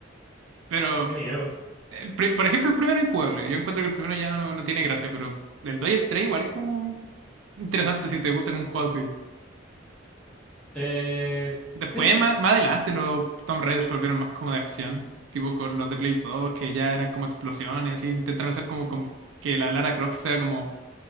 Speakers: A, on the right (about 80°); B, in the centre.
A: Pero,
B: Qué miedo.
A: el pri- por ejemplo, el primero es injugable. Yo encuentro que el primero ya no, no tiene gracia, pero el 2 y el 3 igual es como interesante si te gusta un juego así.
B: Eh,
A: Después,
B: sí,
A: más, más adelante, los Tomb Raiders se volvieron más como de acción, tipo con los de Play 2, que ya eran como explosiones, y intentaron hacer como, con- que la Lara Croft sea como